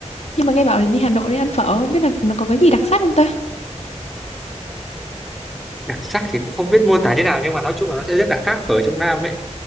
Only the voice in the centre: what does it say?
đặc sắc thì cũng không biết mô tả thế nào nhưng mà nói chung là nó sẽ rất là khác phở trong Nam ấy